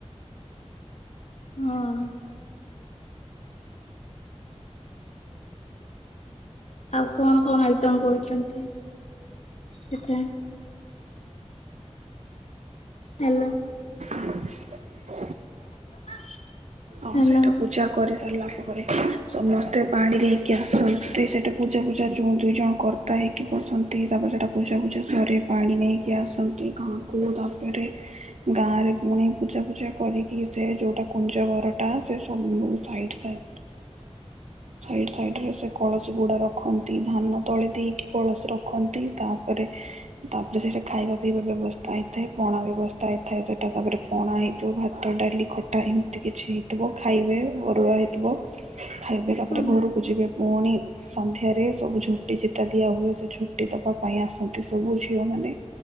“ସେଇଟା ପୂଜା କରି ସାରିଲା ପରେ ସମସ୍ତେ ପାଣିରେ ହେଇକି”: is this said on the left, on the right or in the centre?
Right